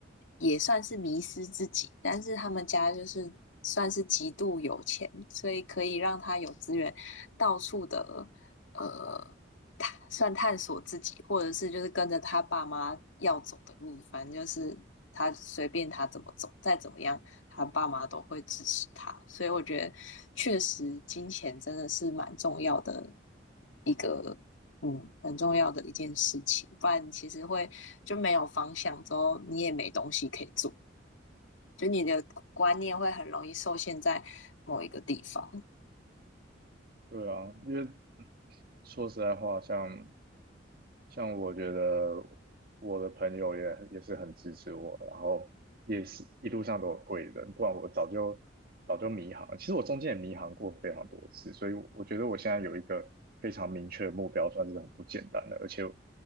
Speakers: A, on the left; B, on the right.
A: 也算是迷失自己，但是他们家就是算是极度有钱，所以可以让他有资源到处的呃探算探索自己，或者是就是跟着他爸妈要走的路，反正就是他随便他怎么走，再怎么样他爸妈都会支持他，所以我觉得确实金钱真的是蛮重要的一个，嗯，很重要的一件事情，不然其实会就没有方向，之后你也没东西可以做，就你的观念会很容易受限在某一个地方。
B: 对啊，因为说实在话，像像我觉得我的朋友也也是很支持我，然后也是一路上都有贵人，不然我早就早就迷航。其实我中间也迷航过非常多次，所以我我觉得我现在有一个非常明确的目标，算是很不简单的。而且